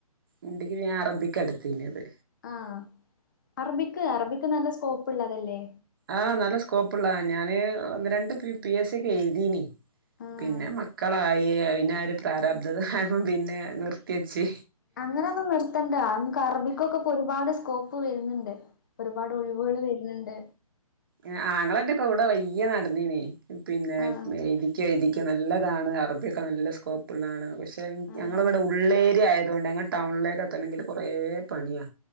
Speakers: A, on the right (about 35°); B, on the left (about 30°).
A: ഉണ്ടക്ക് ഞാൻ അറബിക്കട്ത്തീഞത്.
B: ആഹ് അറബിക്ക് അറബിക്ക് നല്ല സ്കോപ്പ്ള്ളതല്ലേ?
A: ആഹ് നല്ല സ്കോപ്പ്ള്ളതാ ഞാന് ഒന്ന് രണ്ട് പീ പി എസ് സിക്കെ എയ്തീനി
B: ആഹ്
A: പിന്നെ മക്കളായി അയ്നര് പ്രാരാബ്ധത ആയപ്പോ പിന്നെ നിർത്ത്യെച്ച്
B: അങ്ങനൊന്നും നിർത്തണ്ട ങ്ങക്ക് അറബിക്കൊക്കെ ഇപ്പാെ ഒരുപാട് സ്കോപ്പ് വെര്ന്ന്ണ്ട് ഒരുപാട് ഒഴിവുകൾ വര്ന്ന്ണ്ട്.
A: ഏഹ് ആങ്ങളന്റെക്ക കൂടെ വൊയ്യേ നടന്നീനി പിന്നെ
B: ആഹ്
A: ചെഴ്തിക്കോ നല്ലതാണ്. അറബിയൊക്കെ നല്ല സ്കോപ്പ്ള്ളാണ് പക്ഷെ
B: ആഹ്
A: ഞങ്ങള്ടെ ഉള്ളേഏരിയ ആയതൊണ്ട് ഞങ്ങൾ ടൗണിലേക്കെത്തണെങ്കിൽ കൊറേപണിയാ.